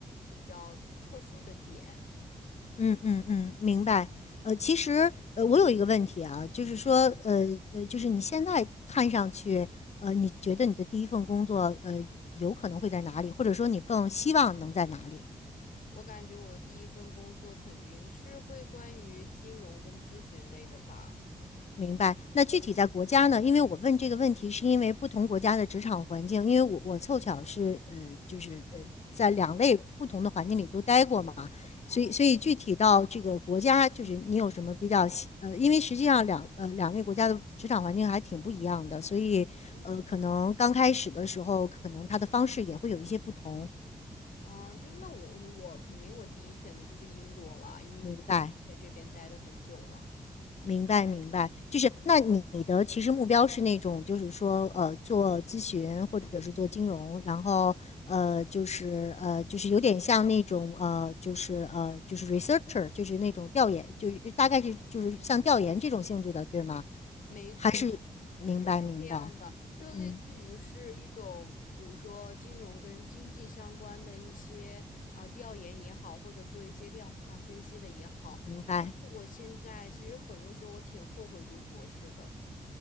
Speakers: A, on the left; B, on the left.
A: 比较特殊的点。
B: 嗯嗯嗯，明白。呃，其实，呃，我有一个问题啊，就是说，呃呃，就是你现在看上去，呃，你觉得你的第一份工作，呃，有可能会在哪里，或者说你更希望能在哪里？
A: 我感觉我的第一份工作肯定是会关于金融跟咨询类的吧。
B: 明白。那具体在国家呢？因为我问这个问题，是因为不同国家的职场环境，因为我我凑巧是呃，就是呃，在两类不同的环境里都待过嘛，
A: 哦，
B: 所以所以具体到这个国家，就是你有什么比较喜呃，因为实际上两呃两类国家的职场环境还挺不一样的，所以呃，
A: 嗯，
B: 可能刚开始的时候，可能它的方式也会有一些不同。
A: 啊，就是那我我我肯定我第一选的就是英国了，因为我已经在这边待的很久了。
B: 明白。明白，明白，就是那你的其实目标是那种，就是说，呃，做咨询或者是做金融，然后呃，就是呃，就是有点像那种呃，就是呃，就是 researcher，就是那种调研，就是大概是就是像调研这种性质的，对吗？
A: 没错，
B: 还是明白，
A: 是是这样的，
B: 明白，
A: 就类似于是一种，
B: 嗯，
A: 比如说金融跟经济相关的一些啊、呃调研也好，或者做一些量化分析的也好。
B: 明白。
A: 但是我现在其实很多时候我挺后悔读博士的。